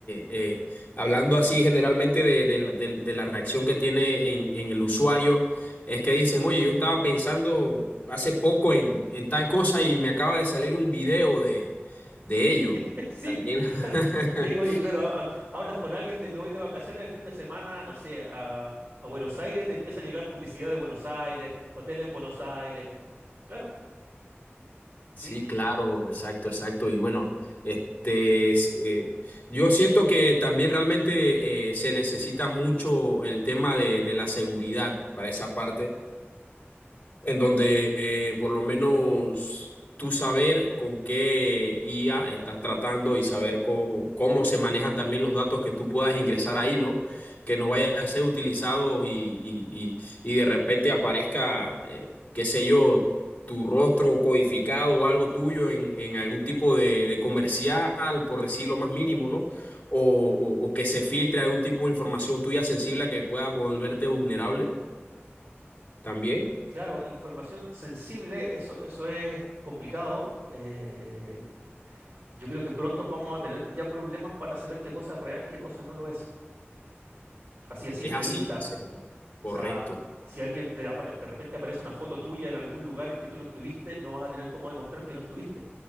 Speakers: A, on the left; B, on the right.
A: eh, hablando así generalmente de, de la de- de la reacción que tiene en, en el usuario, es que dicen, oye, yo estaba pensando hace poco en, en tal cosa y me acaba de salir un video de, de ello.
B: <laughs> Sí,
A: También
B: claro.
A: <laughs>
B: Sí, oye, claro, ha- ha- hablas con alguien de me voy de vacaciones el fin de semana, no sé, a, a Buenos Aires, te empieza a llegar publicidad de Buenos Aires, hoteles en Buenos Aires. Claro, sí,
A: Sí, claro,
B: sí.
A: exacto, exacto. Y bueno, este, s- eh, yo siento que también realmente eh, se necesita mucho el tema de, de la seguridad para esa parte en donde eh, por lo menos tú saber con qué IA estás tratando y saber co- cómo se manejan también los datos que tú puedas ingresar ahí, ¿no? Que no vaya a ser utilizados y, y, y, y de repente aparezca, eh, qué sé yo. tu rostro codificado o algo tuyo en, en algún tipo de, de comercial, por decir lo más mínimo, ¿no? O, o, o que se filtre algún tipo de información tuya sensible que pueda volverte vulnerable también.
B: Claro, información sensible, eso, eso es complicado. eh, yo creo que pronto vamos a tener ya problemas para saber qué cosa es real y qué cosa no lo es, así a simple
A: Es así,
B: vista.
A: es cierto. Correcto.
B: O sea, si alguien de, apa- de repente aparece una foto tuya en algún lugar en que tú no estuviste, no vas a tener cómo demostrar que no estuviste,